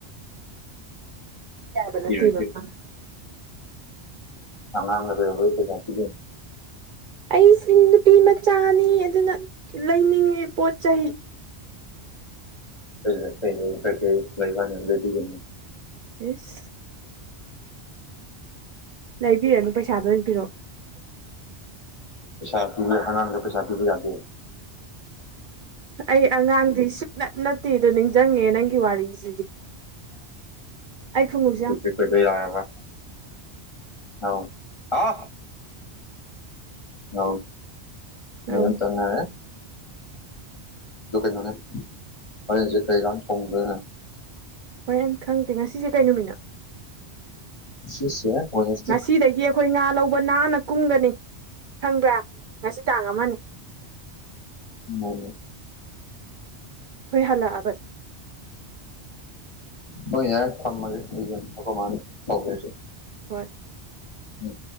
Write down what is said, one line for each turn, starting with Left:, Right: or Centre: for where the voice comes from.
Right: ꯌꯥꯕ ꯅꯠꯇꯕ
Left: ꯄꯤꯔꯣꯏ
Right: ꯃꯥ
Left: ꯑꯗ ꯀ ꯑꯣꯏꯣꯏ ꯆꯄꯤꯤꯗꯦ <unintelligible>
Right: ꯑꯩꯁꯤ ꯅꯨꯄꯤ ꯃꯆꯥꯅꯤ ꯑꯗꯨꯅ ꯂꯩꯅꯤꯡꯉꯤ ꯄꯣꯠ ꯆꯩ
Left: ꯀ ꯃꯕꯥꯅꯤ ꯂꯩꯕꯤꯒꯅꯤ
Right: ꯏꯁ ꯂꯩꯕꯤꯔꯅꯨ ꯄꯩꯁꯥꯗꯣ ꯑꯣꯏ ꯄꯔꯛꯑꯣ
Left: ꯄꯩꯁꯥꯇꯤ ꯍꯪꯉꯥꯡꯗ ꯄꯩꯁꯥ ꯄꯤꯕ ꯌꯥꯗꯦ
Right: ꯑꯩ ꯑꯉꯥꯡꯗꯤ ꯁꯨꯛꯅ ꯅꯠꯇꯦꯗꯣ ꯅꯤꯡꯁꯤꯡꯉꯦ ꯅꯪꯒꯤ ꯋꯥꯔꯤꯁꯦ ꯈꯨꯉꯨꯞꯁꯦ ꯌꯥꯝ
Left: ꯁꯤ ꯀ ꯀ ꯌꯥꯔꯕ ꯑ ꯑ ꯑ ꯅꯟ
Right: ꯑꯧ
Left: ꯆꯉꯔꯦ ꯂꯀꯥꯏꯅꯦꯖ ꯀꯩ ꯂꯝꯥꯡ ꯐꯣꯡꯗ
Right: ꯍꯣꯏ ꯑ ꯈꯪꯗꯦ ꯉꯁꯤꯁꯦ ꯀꯩ ꯅꯨꯃꯤꯠꯅꯣ
Left: ꯉꯁꯤꯁꯦ ꯋꯦꯅꯁꯗꯦ
Right: ꯉꯁꯤꯗꯒꯤ ꯑꯩꯈꯣꯏ ꯉꯥ ꯂꯧꯕ ꯅꯥꯟꯅ ꯀꯨꯝꯒꯅꯤ ꯈꯪꯕ꯭ꯔꯥ ꯉꯁꯤ ꯇꯥꯡ ꯑꯃꯅꯤ
Left: ꯎꯝ
Right: ꯑꯩꯈꯣꯏ ꯍꯜꯂꯛꯑꯕꯅꯤ
Left: ꯍꯣꯏ ꯌꯥꯔ ꯊꯝꯃꯒꯦ ꯃꯥꯅꯤ ꯐꯧꯒ
Right: ꯍꯠ
Left: ꯎꯝ